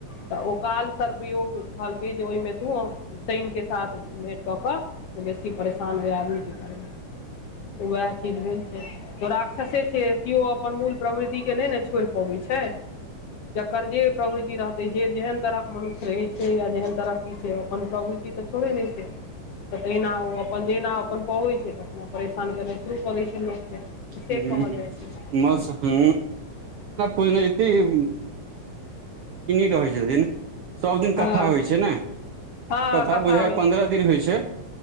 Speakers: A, on the left; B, on the right.
A: तऽ ओ काल सर्पयोग कहलकै, जे ओहिमे तू शनिके साथ भेँट कऽ कऽ, बेसी परेशान ओए आदमीके करब। वएह चीज भेल छै, थोड़ाक छ सेे छै, केओ अपन मूल प्रवृतिके नहि ने छोड़ि पबैत छै। जकर जे प्रवृति रहते, जे जेहन तरह के मनुष्य रहे छै, या जेहन तरह के ई छै, ओ अपन प्रवृति तऽ छोड़े नहि छै। तऽ तहिना ओ अपन जहिना अपन पबै छै, तहिना परेशान केनाइ शुरू करै छै, लोकके! से
B: हँ,
A: कहल जाइ छै
B: मस <unintelligible> पुरहेतीन रहै छथिन ने। सब दिन
A: हँ
B: कथा होइ छै ने
A: हँ
B: कथा बुझाइयऽ
A: होइ छै
B: पन्द्रह दिन होइ छै।